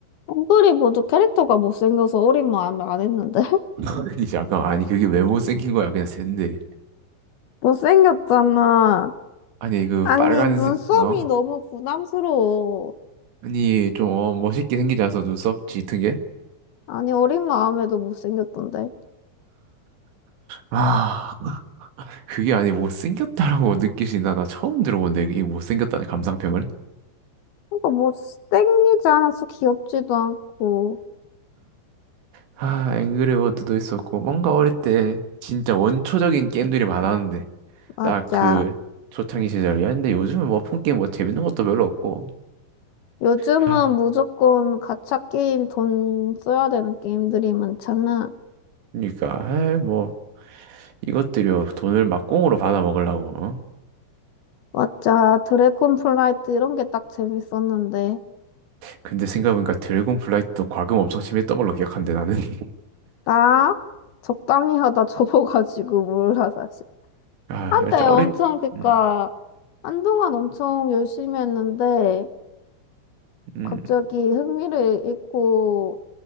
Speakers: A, on the left (about 70°); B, on the right (about 75°).
A: 앵그리버드 캐릭터가 못생겨서 어린 마음에 안 했는데. <laughs>
B: <laughs> 아니 잠깐 아니 그게 왜 못생긴 거야? 그냥 샌데.
A: 못생겼잖아.
B: 아니 그
A: 아니,
B: 빨간색
A: 눈썹이
B: 어?
A: 너무 부담스러워.
B: 아니 좀 어, 멋있게 생기지 않아서 눈썹 짙은 게?
A: 아니, 어린 마음에도 못생겼던데.
B: 아 그게 아니 못생겼다라고 느끼시나? 나 처음 들어본데 이 못생겼다는 감상평을?
A: 그러니까 못생기지 않아서 귀엽지도 않고.
B: 아, 앵그리워드도 있었고, 뭔가 어릴 때 진짜 원초적인 게임들이 많았는데,
A: 맞아.
B: 딱 그 초창기 시절이었는데, 요즘은 뭐 폰 게임 뭐 재밌는 것도 별로 없고,
A: 요즘은
B: 아,
A: 무조건 가챠 게임 돈 써야 되는 게임들이 많잖아.
B: 그러니까, 아, 뭐, 이것들이 돈을 막 공으로 받아 먹으려고. 어?
A: 맞아. 드래곤 플라이트 이런 게 딱 재밌었는데.
B: 근데 생각해보니까 드래곤 플라이트도 과금 엄청 심했던 걸로 기억한데, 나는. <laughs>
A: 나 적당히 하다 <laughs> 접어가지고 몰라, 사실.
B: 아,
A: 한때
B: 그렇지, 어릴,
A: 엄청, 그니까,
B: 음,
A: 한동안 엄청 열심히 했는데,
B: 음,
A: 갑자기 흥미를 잃고